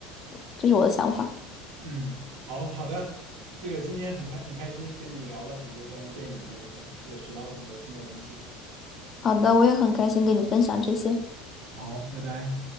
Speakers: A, on the left (about 35°); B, on the right (about 65°).
A: 嗯这是我的想法。
B: 嗯，好好的，这个今天很开很开心，跟你聊了很多关于电影的内容，这个学到了很多新的东西。
A: 好的，我也很开心跟你分享这些。
B: 好，拜拜。